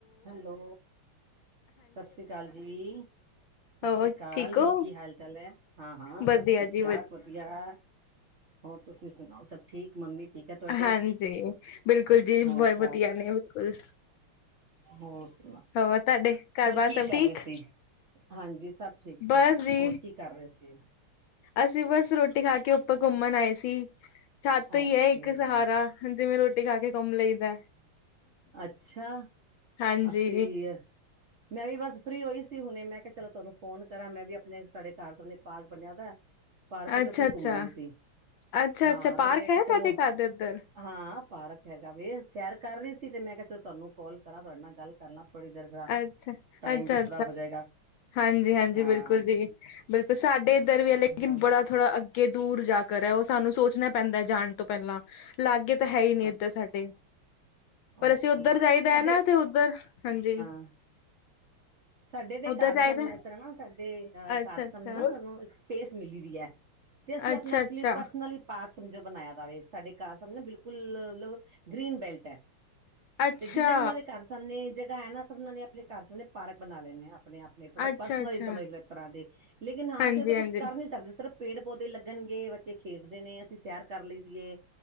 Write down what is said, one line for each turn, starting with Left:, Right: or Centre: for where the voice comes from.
Right: Hello, ਸਤਿ ਸ੍ਰੀ ਅਕਾਲ ਜੀ। ਸਤਿ
Left: ਹੋਰ
Right: ਸ਼੍ਰੀ ਅਕਾਲ,
Left: ਠੀਕ ਹੋ
Right: ਹੋਰ ਕੀ ਹਾਲ ਚਾਲ ਹੈ? ਹਾਂ-ਹਾਂ
Left: ਵਧੀਆ
Right: ਸਭ ਠੀਕ
Left: ਜੀ
Right: ਠਾਕ ਵਧੀਆ ਏ। ਹੋਰ ਤੁਸੀਂ ਸੁਣਾਓ? ਸਭ ਠੀਕ ਮੰਮੀ ਠੀਕ ਹੈ ਤੁਹਾਡੇ?
Left: ਹਾਂਜੀ। ਬਿਲਕੁਲ, ਜੀ
Right: ਹੋਰ
Left: ਬੋਹਤ ਵਧੀਆ
Right: ਘਰ
Left: ਨੇ, ਬਿਲਕੁਲ
Right: ਹੋਰ ਸੁਣਾ
Left: ਹੋਰ ਤੁਹਾਡੇ ਘਰ
Right: ਹੋਰ
Left: ਬਾਰ
Right: ਕੀ
Left: ਸਭ
Right: ਕਰ
Left: ਠੀਕ
Right: ਰਹੇ ਸੀ? ਹਾਂਜੀ, ਸਭ ਠੀਕ
Left: ਬਸ
Right: ਠਾਕ
Left: ਜੀ
Right: ਹੋਰ ਕੀ ਕਰ ਰਹੇ ਸੀ?
Left: ਅਸੀਂ ਬਸ ਰੋਟੀ ਖਾ ਕੇ ਉੱਪਰ ਘੁੰਮਣ ਆਏ ਸੀ। ਛੱਤ ਹੀ
Right: ਓਕੇ
Left: ਹੈ, ਇੱਕ ਸਹਾਰਾ ਜਿਵੇਂ ਰੋਟੀ ਖਾ ਕੇ ਘੁੰਮ ਲਈ ਦਾ।
Right: ਅੱਛਾ।
Left: ਹਾਂਜੀ।
Right: ਅਸੀਂ ਵੀ ਮੈਂ ਵੀ ਬਸ ਫ੍ਰਰੀ ਹੋਈ ਸੀ ਹੁਣੇ, ਮੈਂ ਕਿਹਾ ਚਲੋ ਤੁਹਾਨੂੰ ਫੋਨ ਕਰਾਂ ਮੈਂ ਵੀ ਆਪਣੇ ਸਾਡੇ ਘਰ ਸਣੇ ਪਾਰਕ ਬਨਿਆ ਦਾ। ਪਾਰਕ
Left: ਅੱਛਾ
Right: ਚ ਉੱਥੇ
Left: ਅੱਛਾ
Right: ਘੁੰਮ ਰਹੀ ਸੀ।
Left: ਅੱਛਾ
Right: ਹਾਂ
Left: ਅੱਛਾ ਪਾਰਕ
Right: ਮੈਂ ਕਿਹਾ
Left: ਹੈ
Right: ਚਲੋ
Left: ਤੁਹਾਡੇ ਘਰ ਦੇ ਉੱਧਰ
Right: ਹਾਂ, ਪਾਰਕ ਹੈਗਾ ਵੇ ਸੈਰ ਕਰ ਰਹੀ ਸੀ। ਤੇ ਮੈਂ ਕੇ ਤੁਹਾਨੂੰ ਕਾਲ ਕਰਾਂ, ਤੁਹਾਡੇ ਨਾਲ ਗੱਲ ਕਰਨਾ ਥੋੜੀ ਦੇਰ ਜਰਾ
Left: ਅੱਛਾ,
Right: ਟਾਈਮ
Left: ਅੱਛਾ-ਅੱਛਾ।
Right: ਵੀ ਥੋੜਾ ਹੋ ਜਾਏਗਾ
Left: ਹਾਂਜੀ-ਹਾਂਜੀ,
Right: ਹਾਂ
Left: ਬਿਲਕੁਲ ਜੀ ਬਿਲਕੁਲ ਸਾਡੇ ਇੱਧਰ ਵੀ ਹੈ। ਲੇਕਿਨ
Right: ਹਾਂ
Left: ਬੜਾ ਥੋੜ੍ਹਾ ਅੱਗੇ ਦੂਰ ਜਾ ਕਰ ਏ, ਓਹ ਸਾਨੂੰ ਸੋਚਣਾ ਪੈਂਦਾ ਜਾਣ ਤੋਂ ਪਹਿਲਾਂ ਲਾਗੇ ਤਾਂ ਹੈ, ਹੀ ਨਹੀਂ ਇੱਧਰ
Right: ਅੱਛਾ
Left: ਸਾਡੇ ਪਰ
Right: ਓਕੇ
Left: ਅਸੀਂ ਉੱਧਰ ਜਾਈਦਾ
Right: ਸਾਡੇ
Left: ਹੈ। ਨਾ ਤੇ ਉਧਰ ਹਾਂਜੀ।
Right: <unintelligible> ਸਾਡੇ ਦੇ
Left: ਉੱਧਰ
Right: ਘਰ
Left: ਜਾਈਦਾ
Right: ਦੇ ਸਾਹਮਣੇ ਏਸ ਤਰ੍ਹਾਂ ਨਾ ਸਾਡੇ ਅਹ
Left: ਅੱਛਾ-ਅੱਛਾ,
Right: ਘਰ ਸਾਹਮਣੇ ਨਾ ਸਾਨੂੰ ਇੱਕ ਸਪੇਸ ਮਿਲੀ ਰਈ ਹੈ। ਤੇ ਅਸੀਂ
Left: ਅੱਛਾ-ਅੱਛਾ,
Right: ਆਪਣਾ ਐਕਚੁਲੀ ਪਰਸਨਲ ਪਾਰਕ, ਸਮਝੋ ਬਣਾਇਆ ਦਾ ਵੇ, ਸਾਡੇ ਘਰ ਸਾਮਣੇ ਬਿਲਕੁਲ ਮਤਲਬ ਗ੍ਰਰੀਨ ਬੈਲਟ ਹੈ।
Left: ਅੱਛਾ।
Right: ਤੇ ਜਿੰਨਾ-ਜਿਨਾਂ ਦੇ ਘਰ ਸਾਹਮਣੇ ਜਗ੍ਹਾ ਹੈ ਨਾ, ਸਬਣਾ ਨੇ ਆਪਣੇ ਘਰ ਸਾਹਮਣੇ ਪਾਰਕ ਬਣਾ ਲੈਣੇ, ਆਪਣੇ ਆਪ ਨੇ ਮਤਲਬ
Left: ਅੱਛਾ-ਅੱਛਾ,
Right: ਪਰਸਨਲਲੀ ਸਮਝ ਲੋਓ ਇੱਕ ਤਰ੍ਹਾਂ ਦੇ ਲੇਕਿਨ ਹਾਂ,
Left: ਹਾਂਜੀ-ਹਾਂਜੀ,
Right: ਅਸੀਂ ਉਹ ਤੇ ਕੁਛ ਕਰ ਨੀ ਸਕਦੇ। ਸਿਰਫ ਪੇੜ ਪੌਦੇ ਲੱਗਣਗੇ, ਬੱਚੇ ਖੇਡਦੇ ਨੇ, ਅਸੀਂ ਸੈਰ ਕਰ ਲਈ ਦੀਏ